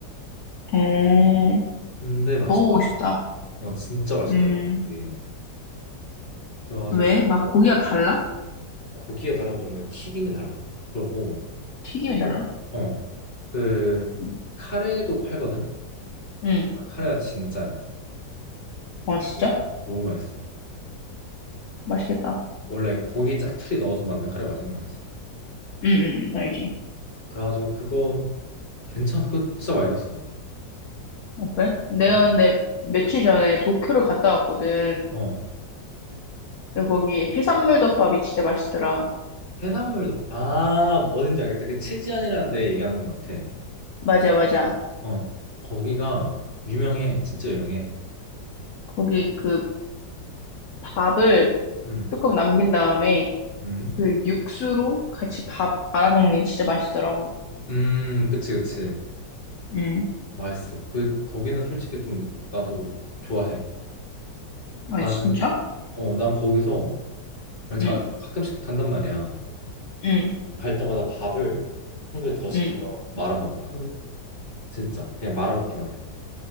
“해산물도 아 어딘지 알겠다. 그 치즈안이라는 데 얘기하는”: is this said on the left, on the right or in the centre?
Left